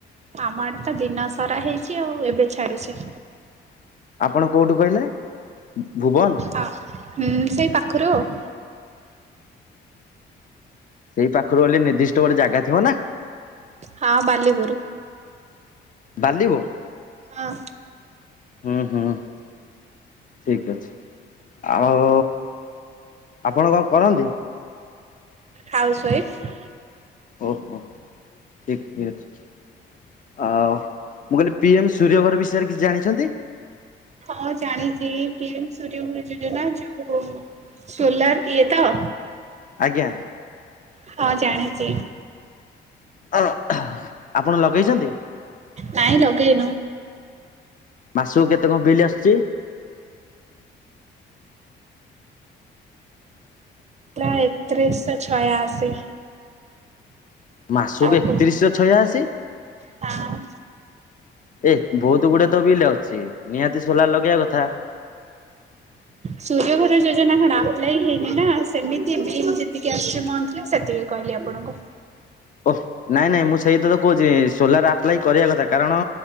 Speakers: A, on the right (about 35°); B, on the left (about 40°).
A: ଆମ ଆଡେ ଦିନ ସାରା ହେଇଛି ଆଉ ଏବେ ଛାଡିଛି।
B: ଆପଣ କୋଉଠୁ କହିଲେ? ଭୁବ
A: ଆ ହୁଁ ସେଇ ପାଖରୁ ଆଉ।
B: ସେଇ ପାଖରୁ ଗଲେ ନିର୍ଦ୍ଦିଷ୍ଟ ଗୋଟେ ଜାଗା ଥିବ ନା?
A: ହଁ ବାଲିପୁରୁ।
B: ବାଲିବ?
A: ହଁ।
B: ହୁଁ ହୁଁ। ଠିକ୍ ଅଛି ଆଉ ଆପଣ କଣ କରନ୍ତି?
A: ହାଉସ୍ୱାଇଫ୍।
B: ଓହୋ ଠିକ ଅଛି। ଆଓ ମୁଁ କହିଲି ପି ଏମ୍ ସୂର୍ଯ୍ୟ ଘର ବିଷୟରେ କିଛି ଜାଣିଛନ୍ତି?
A: ହଁ ଜାଣିଛି ପିଏମ ସୂଯ୍ୟଘରଯୋଜନା ଯୋଉ ସୋଲାର ଇଏ ତ?
B: ଆଜ୍ଞା।
A: ହଁ ଜାଣିଛି।
B: ଅ ହ ଆପଣ ଲଗେଇଛନ୍ତି?
A: ନାଇଁ ଲଗେଇନୁ।
B: ମାସକୁ କେତେ କଣ ବିଲ୍ ଆସୁଛି?
A: ପ୍ରାୟ ଏକତିରିଶ ଛୟାଅଶୀ।
B: ମାସକୁ
A: ଆକୁ
B: ଏକତିରିଶ ଛୟାଅଶି?
A: ହଁ।
B: ଏ ବହୁତ ଗୁଡେ ତ ବିଲ୍ ଅଛି ନିହାତି ସୋଲାର ଲଗେଇବା କଥା।
A: ସୂର୍ଯ୍ୟ ଘର ଯୋଜନା କଣ ଆପ୍ଲଇ ହେଇନି ନା ସେମିତି ବିଲ୍ ଯେତିକି ଆସଛି ମନ୍ଥ ସେତିକି କହିଲି ଆପଣଙ୍କୁ।
B: ଓହ ନାଇଁ ନାଇଁ ମୁଁ ସେଇତ ତ କହୁଛି ସୋଲାର ଆପ୍ଲାାଇ କରିବା କଥା କାରଣ